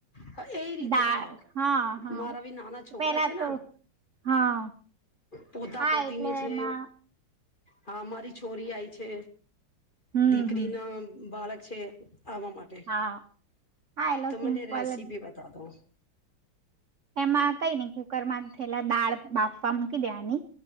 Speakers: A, on the left; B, on the right.
A: હ, એ રીતે
B: દા
A: બતાવો,
B: હા હા
A: મારા બી નાના છોકરા
B: પેલા
A: છે ને.
B: તો હા
A: પોતા
B: હા
A: પોતીની
B: એટલે
A: છે.
B: એમાં
A: હા, મારી છોરી આય છે.
B: હમ
A: દીકરી
B: હમ
A: ના બાળક છે આવવા માટે
B: હા હા એલો
A: તો
B: સિમ્પલ
A: મને રેસીપી
B: જ.
A: બતા દો
B: એમાં કઈ નઈ કુકર માં થયેલા દાળ બાફવા મકી દેવાની